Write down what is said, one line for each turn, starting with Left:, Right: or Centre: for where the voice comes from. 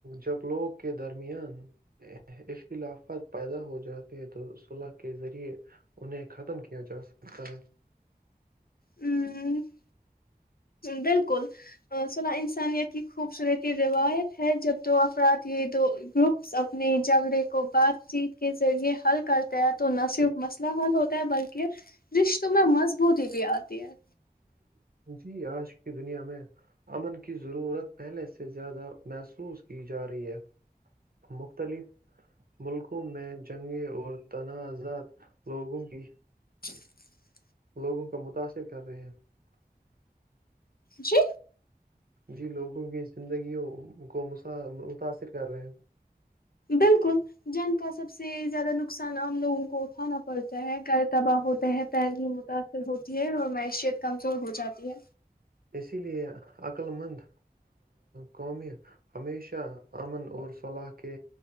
Right: جب لوگوں کے درمیان اختلافات پیدا ہو جاتے ہیں تو صلح کے ذریعے انہیں ختم کیا جا سکتا ہے
Left: ہوں <unintelligible> بالکل صلا انسانیت کی خوبصورتی روایت ہے جب دو افراد یہ دو گروپس اپنے جھگڑے کو بات چیت کے ذریعے حل کر دہ دھونا سف مست حل ہوتا ہے بلکہ رشتوں میں مز بوتی بھی آتی ہے
Right: جی آج دنیا میں امن کی ضرورت پہلے سے زیادہ محسوس کی جا رہی ہے مختلف ملکوں میں جنگیں اور تنازعات لوگوں کی
Left: ج <unintelligible> <inaudible>
Right: لوگوں کو متاثر کر رہے ہیں
Left: جی
Right: جی لوگوں کی زندگیوں کو متاثر کر رہے ہیں
Left: بالکل جنگ کا سب سے زیادہ نقصان آام لوگوں کو ہوتا اھانا پڑتا ہے گیر تباہ ہوتے ہیں پہلی متاثر ہو بھیھیڑ اور معیشیت کمزور ہو جاتی ہے
Right: اسی لیے عقل مند قومی ہمیشہ امن اور صلاح کے